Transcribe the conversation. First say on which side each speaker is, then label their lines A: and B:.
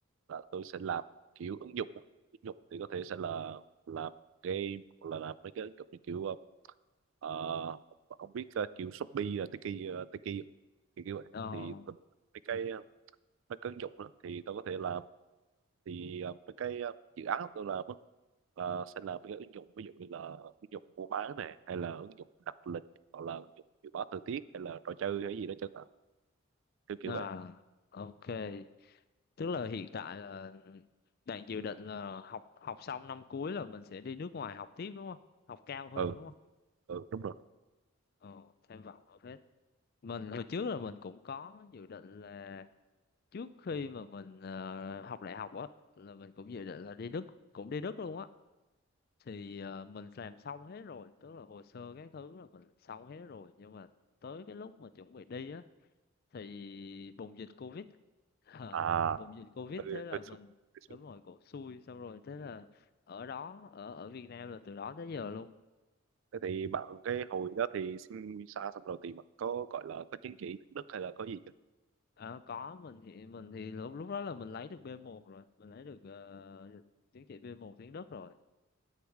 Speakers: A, on the right; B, on the left.
A: là tôi sẽ làm kiểu ứng dụng đó. ứng dụng thì có thể sẽ là làm game hoặc là làm mấy cái ứng dụng như kiểu ờ, ờ, ông biết ờ, kiểu Shopee là Tiki ờ, Tiki không? thì kiểu vậy
B: ờ
A: thì tôi- mấy cái ờ, mấy cái ứng dụng đó, thì tôi có thể làm thì ờ, mấy cái ờ, dự án tôi làm á, là sẽ làm mấy cái ứng dụng ví dụ như là ứng dụng mua bán này hay là ứng dụng đặt lịch hoặc là ứng dụng dự báo thời tiết hay là trò chơi hay gì đó chẳng hạn kiểu kiểu
B: À,
A: vậy
B: ok. Tức là hiện tại là bạn dự định là học học xong năm cuối là mình sẽ đi nước ngoài học tiếp đúng không? Học cao hơn
A: ừ
B: đúng không?
A: ừ đúng rồi
B: Ờ, tham vọng ở hết. Mình hồi trước là mình cũng có dự định là trước khi mà mình ờ, học đại học á là mình cũng dự định là đi Đức, cũng đi Đức luôn á. Thì ờ, mình làm xong hết rồi, tức là hồ sơ các thứ là mình xong hết rồi nhưng mà tới cái lúc mà chuẩn bị đi á thì bùng dịch covid Ờ,
A: à
B: bùng dịch covid
A: tôi
B: thế là
A: tôi
B: mình đúng rồi cổ xui xong rồi thế là ở đó ở ở Việt Nam là từ đó tới giờ luôn
A: thế thì bạn cái hồi đó thì xin visa xong rồi thì bạn có gọi là có chứng chỉ tiếng Đức hay là có gì chưa
B: Ờ, có mình thì mình thì lúc lúc đó là mình lấy được B1 rồi mình lấy được ờ, chứng chỉ B1 tiếng Đức rồi